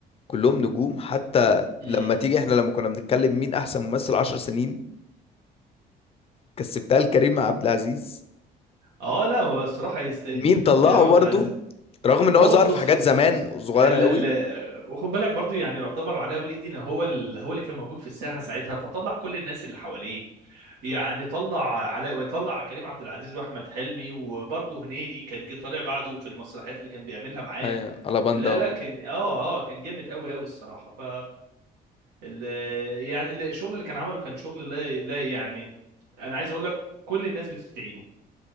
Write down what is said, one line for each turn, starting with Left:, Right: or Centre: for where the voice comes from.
Left: كلهم نجوم حتى
Right: أمم.
Left: لما تيجي احنا لما كنا بنتكلم مين أحسن ممثل عشر سنين كسبتها لكريم عبد العزيز
Right: اه لا هو الصراحه يستاهل
Left: مين طلعه
Right: كريم عبد
Left: برضه
Right: العزيز
Left: رغم ان
Right: ما
Left: هو
Right: هو
Left: ظهر
Right: بص
Left: في
Right: بص
Left: حاجات
Right: بص
Left: زمان
Right: بص
Left: صغيره
Right: ال
Left: قوي
Right: ال وخد بالك برضو يعني يعتبر علاء ولي الدين هو ال هو اللي كان موجود في الساحه ساعتها فطلع كل الناس اللي حواليه يعني طلع علاء وطلع كريم عبد العزيز واحمد حلمي وبرضو هنيدي كان جه طالع بعده في المسرحيات اللي كان بيعملها معاه
Left: ايوه الاباندا
Right: لا لا كان اه اه كان جامد قوي قوي الصراحه ف ال يعني ال- الشغل اللي كان عمله كان شغل لا لا يعني انا عايز اقول لك كل الناس بتدعي له